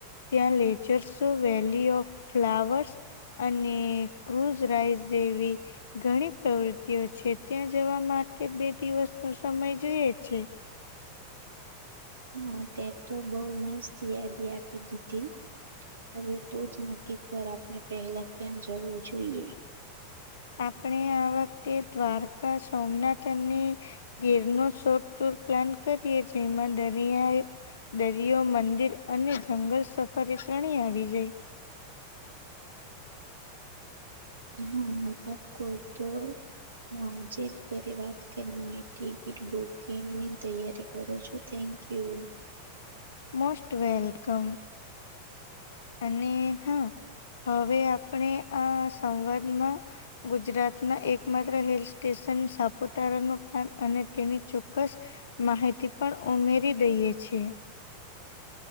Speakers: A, on the left; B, on the right.
A: ત્યાં લેજર્સો વેલી ઓફ ફ્લાવર્સ. અને ક્રુઝ રાઈસ જેવી ઘણી પ્રવૃતિઓ છે, ત્યાં જવા માટે બે દિવસ નો સમય જોઈ છે.
B: હા ત્યાક તો બઉ મસ્ત યાદી આપી દીધી. હવે તો જ નક્કી કર આપણે પહેલા ક્યાં જવું જોઈએ.
A: આપણે આ વખતે દ્વારકા, સોમનાથની અને ગીર ન શોટ ટુર પ્લાન કરીએ જેમાં દરિયાએ. દરિયો મંદિર અને જંગલ સફરે ત્રણેય આવી જાય.
B: હા બાકો તો. હું આજે જ ઘરે વાત કરીને ટિકિટ બુકિંગની તૈયારી કરું છું. થેન્કયુ.
A: મોસ્ટ વેલકમ અને હા. હવે આપણે આ સંવાદમાં. ગુજરાતના એકમાત્ર હિલ સ્ટેશન સાપુતારા ન પ્લાન અને તેની ચોક્કસ. માહિતી પણ ઉમેરી દઈએ છીએ.